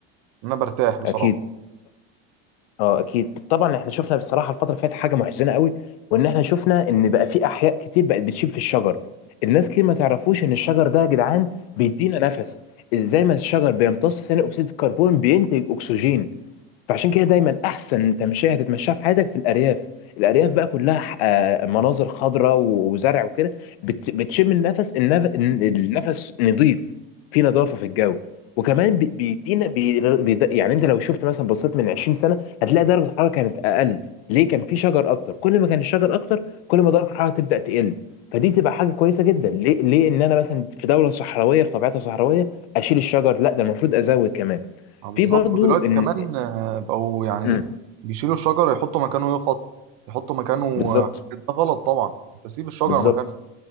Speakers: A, on the right; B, on the left.
A: إن أنا برتاح بصراحة
B: اكيد اه اكيد طبعا احنا شفنا بصراحه الفتره اللي فاتت حاجه محزنه قوي وان احنا شفنا ان بقى في احياء كتير بقت بتشيب في الشجر الناس كتير ما تعرفوش ان الشجر ده يا جدعان بيدينا نفس ازاي ما الشجر بيمتص ثاني اكسيد الكربون بينتج اكسجين فعشان كده دايما احسن تمشيه هتتمشاها في حياتك في الارياف الارياف
A: مم.
B: بقى كلها ح- آه، مناظر خضراء و- وزرع وكده بت- بتشم النفس النف- النفس نظيف في نظافه في الجو وكمان بي- بيدينا بي- بيد- يعني انت لو شفت مثلا بصيت من 20 سنه هتلاقي درجه الحراره كانت اقل ليه كان في شجر اكتر كل ما كان الشجر اكتر كل ما درجه الحراره تبدا تقل فدي تبقى حاجه كويسه جدا ليه ليه ان انا مثلا في دوله صحراويه في طبيعتها صحراويه اشيل الشجر لا ده المفروض ازود كمان
A: آه، بالظبط
B: في برضو
A: ودلوقتي
B: ان
A: كمان آه، بقوا يعني
B: مم.
A: إيه بيشيلوا الشجرة يحطوا مكانه يفط يحطوا مكانه
B: بالظبط
A: آه، ده غلط طبعا أنت سيب الشجرة
B: بالظبط
A: مكانها